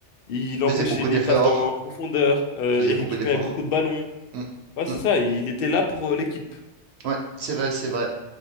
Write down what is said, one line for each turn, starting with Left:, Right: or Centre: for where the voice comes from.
Left: il empêchait
Right: faisait beaucoup d'efforts.
Left: les passes dans, en profondeur, euh,
Right: Faisait
Left: il
Right: beaucoup
Left: récupérait
Right: d'efforts.
Left: beaucoup de ballons.
Right: Mm,
Left: Ouais, c'est
Right: mm.
Left: ça, il était là pour euh, l'équipe. De
Right: ouais, c'est vrai, c'est vrai.